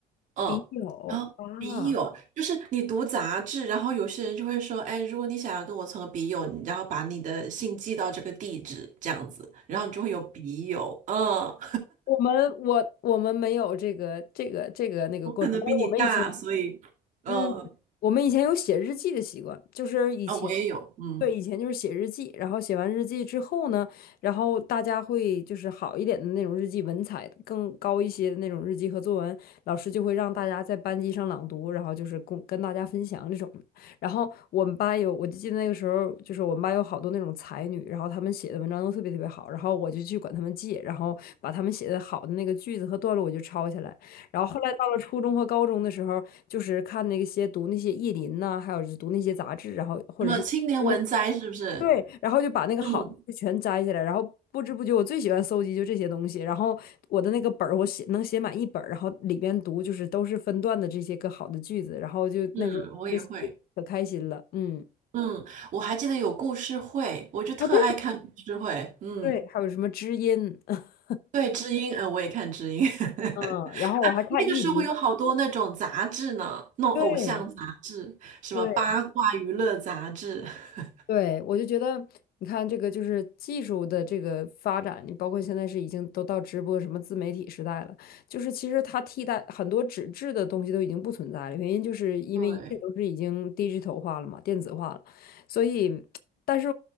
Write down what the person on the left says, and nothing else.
笔友啊。
我们我我们没有这个这个这个那个过程，
但是我们以前
嗯，我们以前有写日记的习惯，就是以前，
对，以前就是写日记，然后写完日记之后呢，然后大家会就是好一点的那种日记，文采更高一些的那种日记和作文，老师就会让大家在班级上朗读，然后就是跟跟大家分享这种。然后我们班有，我就记得那个时候，就是我们班有好多那种才女，然后她们写的文章都特别特别好，然后我就去管她们借，然后把她们写的好的那个句子和段落我就抄下来。然后后来到了初中和高中的时候，就是看那些读那些意林呐、还有就是读那些杂志，然后或者是读
对，然后就把那个好的就全摘下来，
然后不知不觉我最喜欢搜集就这些东西，然后我的那个本儿我写能写满一本儿，然后里边读就是都是分段的这些个好的句子，然后就那时候这
可开心了，嗯
啊对
对，还有什么知音，<laughs>
嗯，然后我还看意林，
对。
对
对，我就觉得，你看这个就是技术的这个发展，你包括现在是已经都到直播什么自媒体时代了，就是其实它替代很多纸质的东西都已经不存在了，原因就是因为一切都是已经
digital 化了嘛，电子化了，所以，但是